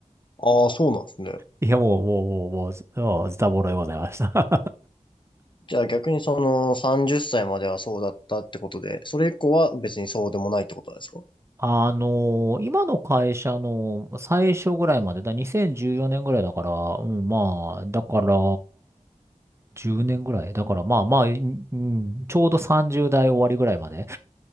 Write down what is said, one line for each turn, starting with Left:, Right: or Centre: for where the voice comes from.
Left: ああ、そうなんですね。
Right: いや、もう、もう、もう、もう、ずもうズタボロでございました。
Left: じゃあ逆にその30歳まではそうだったってことで、それ以降は別にそうでもないってことなんですか
Right: あのー今の会社のま最初ぐらいまで、だ、2014年ぐらいだから、うん、まあ、だから、10年ぐらいだから、まあまあ、うんうんちょうど30代終わりぐらいまで。